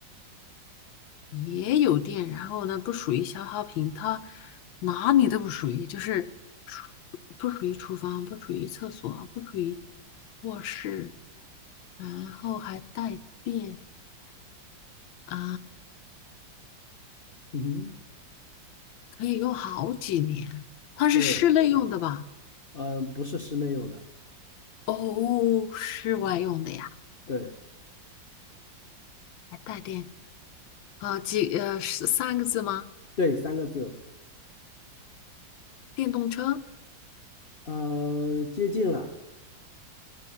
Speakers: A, on the left; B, on the left.
A: 也有电，然后呢，不属于消耗品，它哪里都不属于，就是不属于厨房，不属于厕所，不属于卧室，然后还带电啊，
B: 嗯哼，
A: 可以用好几年。它是室内用的吧？
B: 对，嗯、不是室内用的，
A: 哦，室外用的呀，
B: 对
A: 还带电啊，几呃是三个字吗？
B: 对，三个字，
A: 电动车、
B: 嗯、接近了，